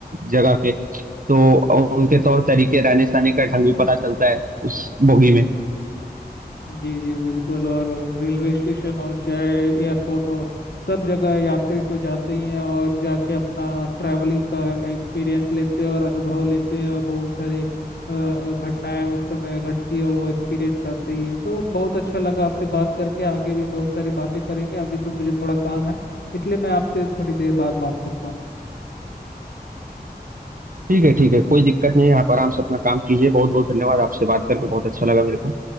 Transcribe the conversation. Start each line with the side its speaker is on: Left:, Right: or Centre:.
Right: जगह के तो उनके तौर तरीके रहने सहने का ढंग भी पता चलता है उस बोगी में
Left: जी जी बिल्कुल और रेलवे स्टेशन हो चाहे एयरपोर्ट हो सब जगह यात्री तो जाते ही हैं और जाके अपना ट्रैवलिंग का एक्सपीरियंस लेते हैं और अनुभव लेते हैं और बहुत सारे अ, अ, घटनाएं उस समय घटती है वो एक्सपीरियंस करते ही हैं तो बहुत अच्छा लगा आपसे बात करके आगे भी बहुत सारी बातें करेंगे अभी तो मुझे थोड़ा काम है इसलिए मैं आपसे थोड़ी देर बाद बात करता हूँ
Right: ठीक है ठीक है कोई दिक्कत नहीं है आप आराम से अपना काम कीजिए बहुत बहुत धन्यवाद आपसे बात करके बहुत अच्छा लगा मेरे को